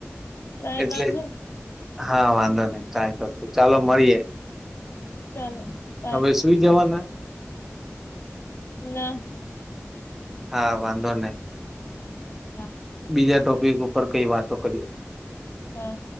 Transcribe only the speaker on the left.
ટ્રાય
કરજો.
ચાલો. બાય
ના.
હા.
હા.